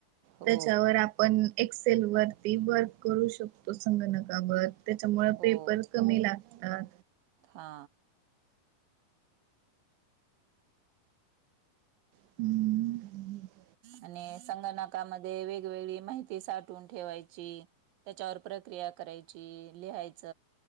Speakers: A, on the right; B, on the right.
A: हो
B: त्याच्यावर आपण एक्सेल वरती वर्क करू शकतो. संगणकावर त्याच्यामुळे
A: हो
B: पेपर कमी लागतात.
A: हा
B: हम्म
A: आणि संगणकामध्ये वेगवेगळी माहिती साठ वून ठेवायची त्याच्यावर प्रक्रिया करायची लिहायच.